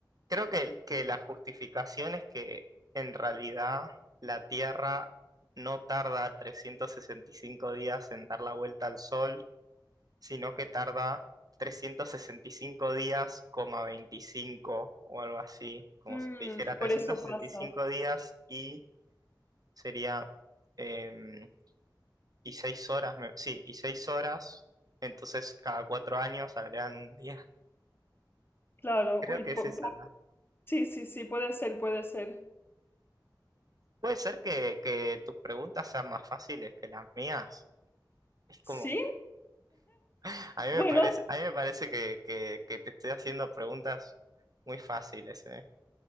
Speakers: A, on the right (about 50°); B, on the left (about 30°).
A: creo que, que la justificación es que en realidad la Tierra no tarda 365 días en dar la vuelta al Sol, sino que tarda 365 días, coma 25 o algo así, como
B: Mm,
A: si te dijera
B: y por
A: trescientos
B: eso
A: sesenta
B: pasa.
A: y cinco días y sería em, y 6 horas, me- sí, y 6 horas, entonces cada 4 años agregan un día.
B: Claro,
A: Creo
B: uy,
A: que
B: po-
A: es esa
B: po-
A: la.
B: sí, sí, sí, puede ser, puede ser.
A: Puede ser que, que tus preguntas sean más fáciles que las mías. Es como,
B: ¿Sí?
A: <laughs> a mí me
B: Bueno,
A: parece, a mí me parece que, que, que te estoy haciendo preguntas muy fáciles, ¿eh?